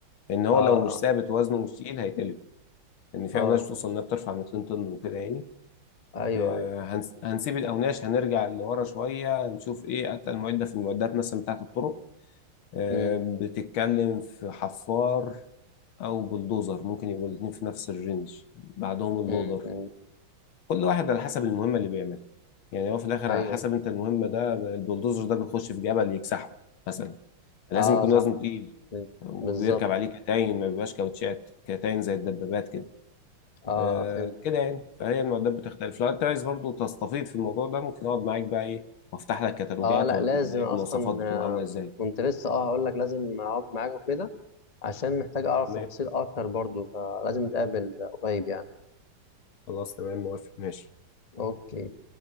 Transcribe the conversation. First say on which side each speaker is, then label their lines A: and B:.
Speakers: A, on the left; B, on the left.
A: لان هو
B: اه
A: لو مش
B: اه
A: ثابت وزنه مش تقيل هيتقلب لان في
B: اه
A: اوناش توصل انها بترفع 200 طن وكده يعني
B: ايوه
A: آه،
B: ايوه
A: هنس- هنسيب الاوناش هنرجع لورا شويه نشوف ايه اتقل معده في المعدات مثلا بتاعه الطرق آه،
B: امم
A: بتتكلم في حفار او بلدوزر ممكن يبقوا الاثنين في نفس الرينج بعدهم اللودر
B: امم أمم.
A: كل واحد على حسب المهمة اللي بيعملها يعني هو في الآخر
B: ايوه
A: على حسب أنت المهمة ده البلدوزر ده بيخش في جبل يكسحه مثلا فلازم
B: اه
A: يكون
B: صح
A: وزنه تقيل
B: أمم.
A: وبيركب
B: بالظبط
A: عليه كتاين ما بيبقاش كاوتشات كتاين زي الدبابات كده
B: اه
A: آه
B: فهمت
A: كده يعني فهي المعدات بتختلف لو أنت عايز برضه تستفيض في الموضوع ده ممكن أقعد معاك بقى إيه وأفتح لك كتالوجات
B: اه لا
A: وأوريك
B: لازم
A: بقى إيه
B: اصلا
A: المواصفات بتبقى
B: آه،
A: عاملة إزاي
B: كنت لسه اه هقول لك لازم اقعد معاك وكده عشان محتاج اعرف
A: تمام
B: تفاصيل اكتر برضو فلازم نتقابل قريب يعني
A: خلاص تمام موافق ماشي
B: اوكي